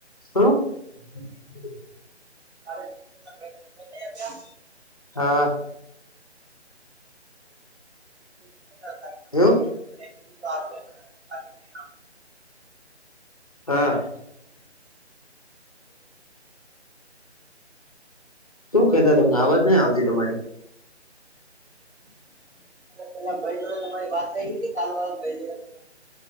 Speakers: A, on the left; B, on the right.
A: શું <inaudible>
B: કાલે જ પેરિયુ બદલાવી આવ જા.
A: હા.
B: શું કેતા હતા મને
A: એઉ.
B: મેં કીધું તો આવશે બાકી નહી આવશે
A: હા. શું કેતા તમને અવાજ નહી આવતી તમારી.
B: <inaudible> પેલા ભઈ જોડે તમારી વાત થઈ ગઈ હતી, કાલ વાળા ભઈ જોડે.